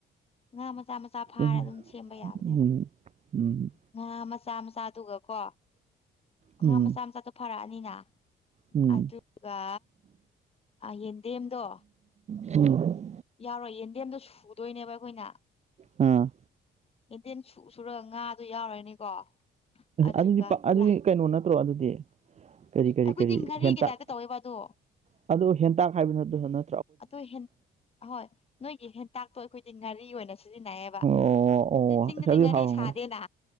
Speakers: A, on the left; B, on the right.
A: ꯉꯥ ꯃꯆꯥ ꯃꯆꯥ ꯐꯥꯔ
B: ꯎꯝ
A: ꯑꯗꯨꯝ ꯁꯦꯝꯕ ꯌꯥꯕꯅꯦꯕ
B: ꯎꯝ
A: ꯉꯥ ꯃꯆꯥ ꯃꯆꯥꯗꯨ ꯀꯣ
B: ꯎꯝ
A: ꯑꯥꯡ ꯃꯆꯥ ꯃꯆꯥꯗꯨꯣ ꯐꯔꯛꯑꯅꯤꯅ
B: ꯎꯝ
A: ꯑꯗꯨꯒ ꯌꯦꯟꯗꯦꯝꯗꯣ
B: ꯎꯝ
A: ꯌꯥꯎꯔꯣꯏ ꯌꯦꯟꯗꯦꯝꯗꯣ ꯁꯨꯗꯣꯏꯅꯦꯕ ꯑꯩꯈꯣꯏꯅ
B: ꯑ
A: ꯍꯦꯟꯗꯦꯜ ꯁꯨꯔꯒ ꯉꯥꯗꯨ ꯌꯥꯎꯔꯅꯤꯀꯣ ꯑꯗꯨꯒ
B: ꯑꯗꯨꯗꯤ
A: ꯂ
B: ꯑꯗꯨꯗꯤ ꯀꯩꯅꯣ ꯅꯠꯇ꯭ꯔꯣ ꯑꯗꯨꯗꯤ ꯀꯔꯤ ꯀꯔꯤ
A: ꯑꯩꯈꯣꯏꯗꯤ
B: ꯀꯔꯤ
A: ꯘꯔꯤꯒꯤ
B: ꯍꯦꯟꯇꯥꯛ
A: ꯇꯥꯏꯞꯇ ꯇꯧꯋꯦꯕ ꯑꯗꯣ
B: ꯑꯗ ꯍꯦꯟꯇꯥꯛ ꯍꯥꯏꯕꯅꯠꯇ ꯅ
A: ꯑꯗꯨ ꯑꯍꯣꯏ ꯅꯣꯏꯒꯤ ꯍꯦꯟꯇꯥꯛꯇꯣ ꯑꯩꯈꯣꯏꯗꯤ ꯉꯥꯔꯤ ꯑꯣꯏꯅ ꯁꯤꯖꯤꯟꯅꯩꯌꯦꯕ
B: ꯑꯣ ꯑꯣ
A: ꯑꯗꯨ ꯆꯤꯡꯗꯗꯤ
B: ꯑꯁ ꯑꯗꯨꯗꯤ
A: ꯉꯥꯔꯤ
B: ꯍꯥꯎꯔꯝꯒꯅꯤ
A: ꯁꯥꯗꯦꯅ